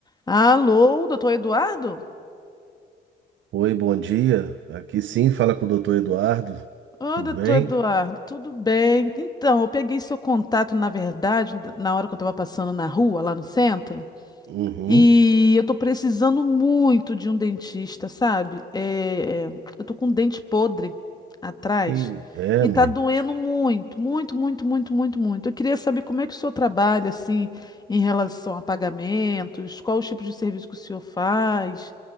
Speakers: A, on the left (about 20°); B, on the right (about 75°).
A: Alô, doutor Eduardo?
B: Oi, bom dia. Aqui sim, fala com o doutor Eduardo.
A: Oi,
B: Tudo
A: doutor
B: bem?
A: Eduardo, tudo bem? Então, eu peguei seu contato, na verdade, na hora que eu estava passando na rua, lá no centro.
B: Uhum.
A: E eu tô precisando muito de um dentista, sabe? É, é, eu tô com um dente podre atrás
B: Que é,
A: e
B: amiga?
A: tá doendo muito, muito, muito, muito, muito, muito. Eu queria saber como é que o senhor trabalha, assim, em relação a pagamentos, qual o tipo de serviço que o senhor faz.